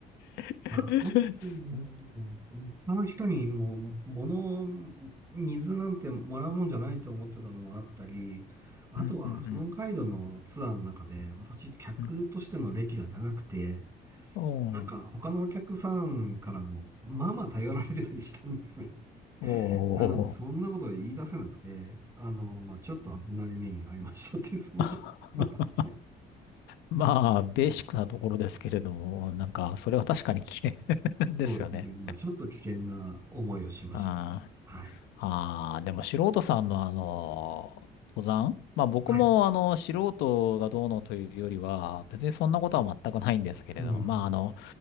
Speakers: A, on the left (about 90°); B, on the right (about 15°).
A: <laughs>
B: まあ、あの時ね、
A: うん
B: あの人にもう、物、水なんてもらうもんじゃないと思ってたのもあったり、あとはそのガイドのツアーの中で、
A: うんうん。
B: 私、客としての歴が長くて、
A: うん。お
B: なんか他のお客さんからも、まあまあ頼られてたりしたんですね。
A: お
B: なので、そんなこと言い出せなくて、
A: ー。
B: あの、まあ、ちょっと危ない目に遭いましたっていう、そんな、
A: <laughs>
B: まああって、
A: まあ、ベーシックなところですけれども、なんか、それは確かに危険 <laughs> ですよね。
B: そうですね。まあ、ちょっと危険な思いをしました。
A: あ
B: はい。
A: ーあー、でも素人さんのあの、登山まあ僕もあの、
B: はい。
A: 素人がどうのというよりは、別にそんなことは全くないんですけれども、
B: うん。
A: まああの、